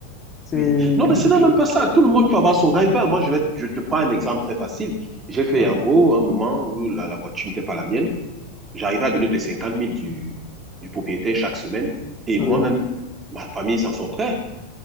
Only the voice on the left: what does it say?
c'est
juste.
Ouais,
oui,